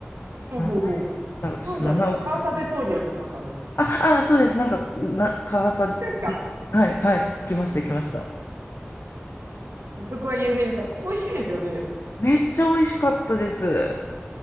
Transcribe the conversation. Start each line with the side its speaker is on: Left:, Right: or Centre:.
Right: ほうほうほ
Left: 名前だろう。ちょっと名前忘れちゃったんです。
Right: う。なんだろう。カーサデトーニョとかかな。
Left: あ、あ、そうです。なんか、な、川崎、
Right: ですか
Left: はい、はい。行きました、行きました。
Right: そこは有名です。あそこ美味しいですよね、でも。
Left: めっちゃ美味しかったです。